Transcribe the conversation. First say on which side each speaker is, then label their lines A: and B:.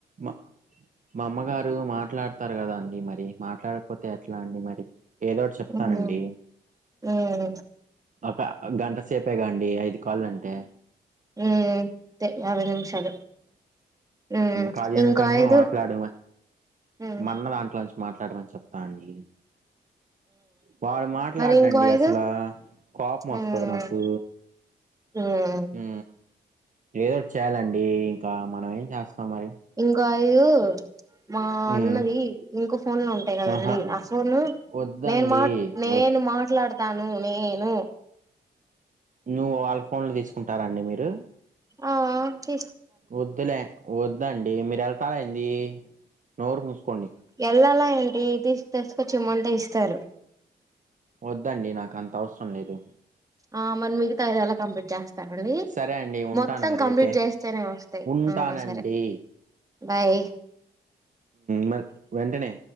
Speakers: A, on the right; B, on the right.
A: మా మామ్మగారు మాట్లాడతారు కదా అండి మరి మాట్లాడకపోతే ఎట్లా అండి మరి ఏదోటి చెప్తానండి
B: ఉమ్ ఉమ్ ఉమ్
A: ఒక గంట సేపే కాండి ఐదు కాలు అంటే
B: హ అంతే యావై నిమిషాలు ఉమ్
A: కాళీ అనట
B: ఇంకో ఐదు
A: మాట్లాడ
B: ఉమ్
A: మన్న దాంట్లోంచి మాట్లాడమని చెప్తా అండి వాడు మాట్లాడడంండి
B: మరి ఇంకో ఐదు
A: అసలు కోపం
B: మ్మ్
A: వస్తుంది నాకు
B: మ్మ్
A: ఆ ఏదో ఒకటి చేయాలండి ఇంకా మనం ఏం చేస్తాం మరి
B: కాయు మా
A: హ్మ్.
B: అన్నది ఇంకో ఫోన్ లో ఉంటాయి కదండి
A: ఆహా!
B: ఆ ఫోను
A: వద్దండి.
B: నేను మాట్ నేను
A: వద్
B: మాట్లాడతాను నేను
A: నువ్వు వాళ్ళ ఫోన్లు తీసుకుంటారండి మీరు
B: ఆ తీ
A: వద్దులే వదుండి మీరు వెళ్తాలయింది నోరు ముూసుకోండి
B: ఎళ్ళాలా ఏంటి తీ తీసుకొచ్చి ఇమంట ఇస్తారు
A: వద్దండి నాకు అంత అవసరం లేదు
B: ఆ మరి మీకుతాయిద ఎలా కంప్లీట్ చేస్త డి
A: సరే అండి ఉంటాను
B: మొత్తం
A: మరి
B: కంప్లీట్
A: అయితే
B: చేస్తేనే వస్తాయి
A: ఉంటానండి
B: ఆ సరే బాయ్
A: మ వెంటనే